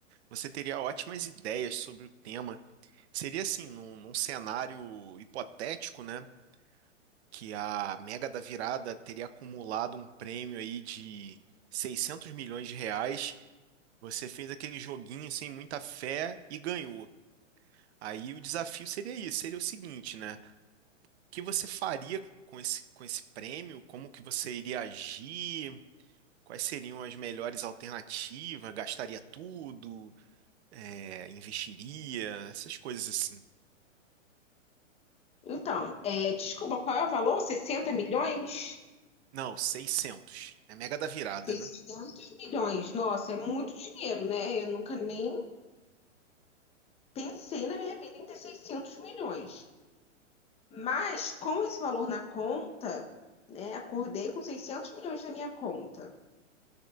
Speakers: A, on the right (about 55°); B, on the left (about 15°).
A: você teria ótimas ideias sobre o tema. Seria assim, num, num cenário hipotético, né? Que a Mega da Virada teria acumulado um prêmio aí de 600 milhões de reais. Você fez aquele joguinho sem muita fé e ganhou. Aí o desafio seria isso, seria o seguinte, né? O que você faria com esse, com esse prêmio? Como que você iria agir? Quais seriam as melhores alternativas? Gastaria tudo? É, investiria? Essas coisas assim.
B: Então, é, desculpa, qual é o valor? 60 milhões?
A: Não, seiscentos. É mega da virada,
B: 600
A: né?
B: milhões. Nossa, é muito dinheiro, né? Eu nunca nem pensei na minha vida em ter 600 milhões. Mas, com esse valor na conta, né, acordei com 600 milhões na minha conta.